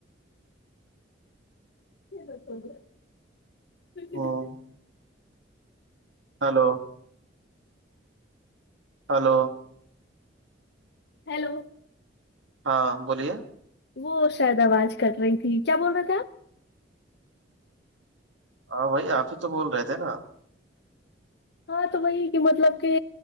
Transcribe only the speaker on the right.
ہوں، ہلو ہلو
ہاں بولیے
ہاں بھائی آپ ہی تو بول رہے تھے نا